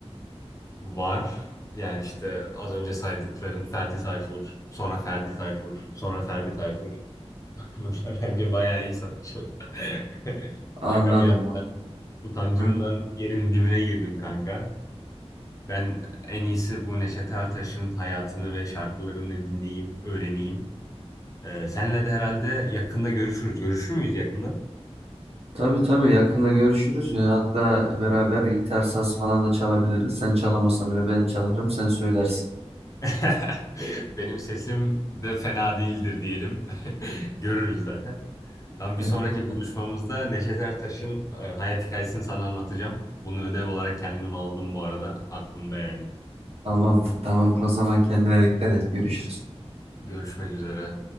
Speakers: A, on the left; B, on the right.
A: Var. Yani işte az önce saydıkların Ferdi Tayfur, sonra Ferdi Tayfur, sonra Ferdi Tayfur. <laughs> Bunlar bence bayağı iyi sanatçılar. <laughs>
B: Anladım
A: Şaka bir yana
B: mı?
A: ben utancımdan
B: Hı?
A: yerin dibine girdim kanka. Ben en iyisi bu Neşet Ertaş'ın hayatını ve şarkılarını dinleyeyim, öğreneyim. Ee, senle de herhalde yakında görüşürüz. Görüşür müyüz yakında?
B: Tabii tabii yakında görüşürüz. Ee, Hatta beraber gitar saz falan da çalabiliriz. Sen çalamasan bile ben çalarım, sen söylersin.
A: <laughs> Benim sesim de fena değildir diyelim. <laughs> Görürüz zaten. Tam bir
B: Ee,
A: sonraki buluşmamızda Neşet Ertaş'ın e, hayat hikayesini sana anlatacağım. Bunu ödev olarak kendim aldım bu arada. Aklımda yani.
B: Tamamdır, tamamdır. O zaman kendine dikkat et. Görüşürüz.
A: Görüşmek üzere.